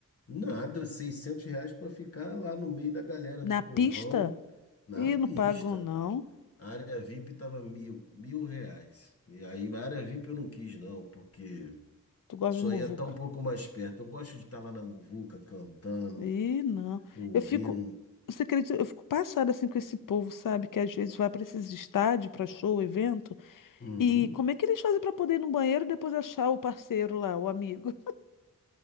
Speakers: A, on the left; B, on the left.
A: Nada, 600 reais para ficar lá no meio da galera do
B: Na
A: povão,
B: pista?
A: na
B: Ih,
A: pista.
B: não pago não.
A: A área VIP tava mil, mil reais. E aí, a área VIP eu não quis, não, porque
B: Tu gosta
A: só
B: de muvuca?
A: ia estar um pouco mais perto. Eu gosto de estar lá na muvuca, cantando,
B: Ih, não.
A: ouvindo.
B: Eu fico, você acredita? Eu fico passada assim com esse povo, sabe? Que às vezes vai para esses estádios, para show, evento.
A: Uhum.
B: E como é que eles fazem para poder ir no banheiro e depois achar o parceiro lá, o amigo? <laughs>